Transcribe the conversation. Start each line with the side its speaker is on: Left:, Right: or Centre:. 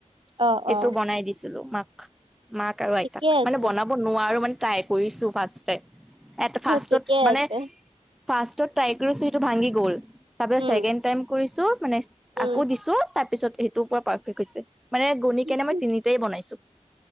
Right: অ
Centre: এইটো
Right: অ
Centre: বনাই দিছিলো মাক, মাক আৰু আইতাক
Right: ঠিকে আছে
Centre: মানে বনাব। মই নোৱাৰো মানে ত্ৰাই কৰিচো ফ্ৰাইড তাইম, ফ্ৰাইড
Right: ঠিকে
Centre: ত মানে।
Right: আছে
Centre: ফাৰ্ষ্টত তাই কৰিছে, সেইতো ভাঙি গ'ল, তাৰপিচত
Right: উম
Centre: চেকেণ্ড টাইম কৰিছো মানে।
Right: উম
Centre: আকৌ দিছো তাৰ পিছত সেইটোও পূৰা পাৰফেক্ট হৈছে, মানে গণি
Right: উম।
Centre: কিনে মই তিনিটাই বনাইছো।